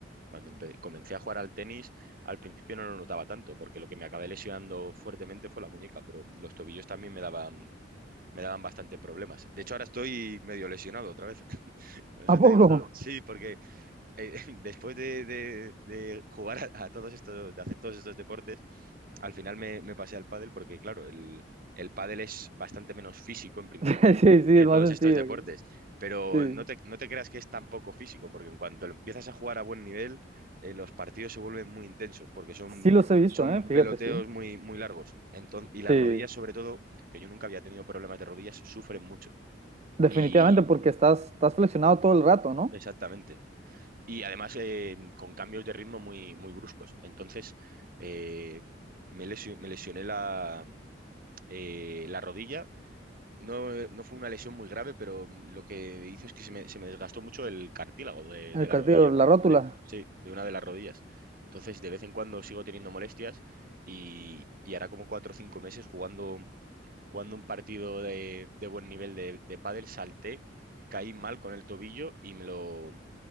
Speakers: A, on the right; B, on the right.
A: cuando empe- comencé a jugar al tenis, al principio no lo notaba tanto, porque lo que me acabé lesionando fuertemente fue la muñeca, pero los tobillos también me daban me daban bastante problemas. De hecho, ahora estoy medio lesionado otra vez. <laughs> Por eso
B: ¿A
A: te
B: poco?
A: digo todo. Sí, porque eh, <laughs> después de, de- de jugar a, a todos estos, de hacer todos estos deportes, al final me, me pasé al pádel porque, claro, el, el pádel es bastante menos físico en principio
B: <laughs> Sí, sí,
A: que
B: es
A: todos
B: más sencillo.
A: estos deportes, pero
B: Sí.
A: no te, no te creas que es tan poco físico, porque en cuanto empiezas a jugar a buen nivel, eh, los partidos se vuelven muy intensos porque son,
B: Sí los he visto,
A: son
B: ¿eh? Fíjate,
A: peloteos
B: sí.
A: muy, muy largos. Enton- y las
B: Sí.
A: rodillas, sobre todo, que yo nunca había tenido problemas de rodillas, sufren mucho.
B: Definitivamente
A: Y,
B: porque estás, estás flexionado todo el rato, ¿no?
A: Exactamente. Y además eh, con cambios de ritmo muy, muy bruscos. Entonces eh, me, lesio- me lesioné la, eh, la rodilla. No, eh, no fue una lesión muy grave, pero mm, lo que hizo es que se me, se me desgastó mucho el cartílago de,
B: El
A: de la
B: cartílago,
A: rodilla.
B: la rótula,
A: De, sí, de una de las rodillas. Entonces de vez en cuando sigo teniendo molestias y, y hará como cuatro o cinco meses jugando, jugando un partido de, de buen nivel de, de pádel, salté, caí mal con el tobillo y me lo,